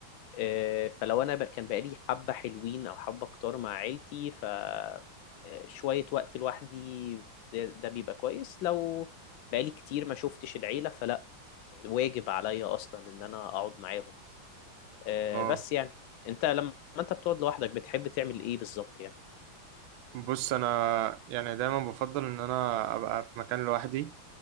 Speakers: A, on the left (about 80°); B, on the right (about 85°).
A: أه فلو انا ب- كان بقالي حبة حلوين او حبة كتار مع عيلتي ف آه، شوية وقت لوحدي ده, ده بيبقى كويس لو بقالي كتير ما شفتش العيلة فلا واجب عليا اصلا ان انا اقعد معاهم أه
B: اه
A: بس يعني انت لما انت بتقعد لوحدك بتحب تعمل ايه بالظبط يعني
B: بص انا يعني دايما بفضل ان انا ابقى في مكان لوحدي